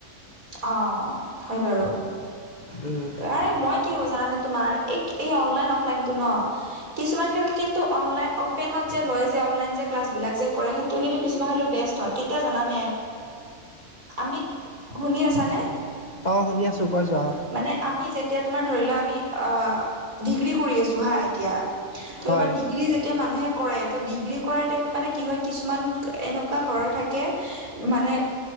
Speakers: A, on the right; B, on the left.
A: অ, হয় বাৰু
B: উম
A: এ মই কি হব জানে তোমাৰ এই এই অনলাইন অফলাইন টো ন কিছুমান ক্ষেত্ৰত কিন্তু অনলাইন টেনত যে লয় যে অনলন যে ক্লাছবিলাক যে কৰে সেইটো কিন্তু কিছুমান ক্ষেত্ৰত বেষ্ট কেতিয়া জানানে আমি শুনি আছা নে?
B: অ শুনি আছো কৈ যোৱা
A: মানে আমি যেতিয়া তোমাৰ ধৰি লোৱা আমি আহ ডিগ্ৰী কৰি আছো হা এতিয়া ত
B: হয়
A: তোমাৰ ডিগ্ৰী যেতিয়া মানুহে কৰে ত ডিগ্ৰী কৰাৰ টাইমত মানে কি হয় কিছুমান এনেকুৱা ঘৰৰ থাকে মানে